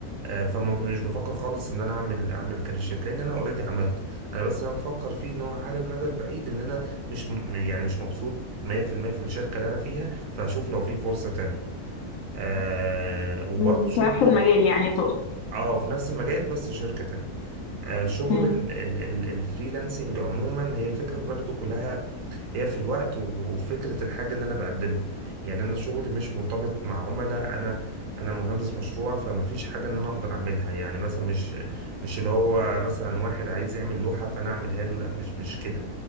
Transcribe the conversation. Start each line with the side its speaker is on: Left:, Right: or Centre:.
Right: آه، فما مش بفكر خالص ان انا اعمل اعمل كارير شيفت لان انا اوريدي عملته انا بس انا بفكر فيه ان هو على المدى البعيد ان انا مش م- يعني مش مبسوط 100% في المية في الشركة اللي انا فيها فهشوف لو في فرصة تانية آه وبرضه
Left: مم،
Right: شغل
Left: في نفس المجال
Right: ال-
Left: يعني تقصد
Right: اه في نفس المجال بس شركة تانية آه، شغل
Left: مم.
Right: ال- ال- ال- الفريلانسنج عموما هي الفكرة برضو كلها هي في الوقت و- وفكرة الحاجة اللي أنا بقدمها يعني أنا شغلي مش مرتبط مع عملاء أنا أنا مهندس مشروع فما فيش حاجة إن أنا أقدر أعملها يعني مثلا مش مش اللي هو مثلا واحد عايز يعمل لوحة فأنا أعملها له لا مش مش كده